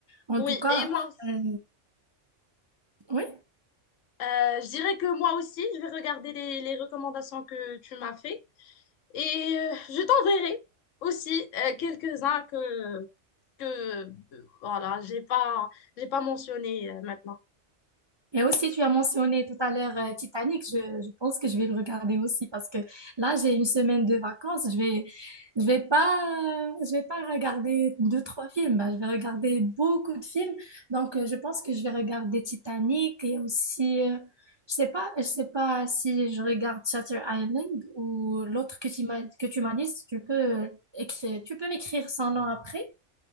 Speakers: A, on the right; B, on the left.
A: En
B: Oui,
A: tout cas,
B: et moi aussi.
A: euh, oui.
B: Euh, je dirais que moi aussi, je vais regarder les, les recommandations que tu m'as fait. Et euh, je t'enverrai aussi euh, quelques-uns que, que euh, voilà, j'ai pas, j'ai pas mentionné euh, maintenant.
A: Et aussi, tu as mentionné tout à l'heure euh, Titanic. Je, je pense que je vais le regarder aussi parce que là, j'ai une semaine de vacances. Je vais, je vais pas, je vais pas regarder deux, trois films. Bah, je vais regarder beaucoup de films. Donc, euh, je pense que je vais regarder Titanic et aussi, euh, je sais pas, je sais pas si je regarde Shutter Island ou l'autre que tu m'as, que tu m'as dit. Si Tu peux euh, écrire, tu peux m'écrire son nom après.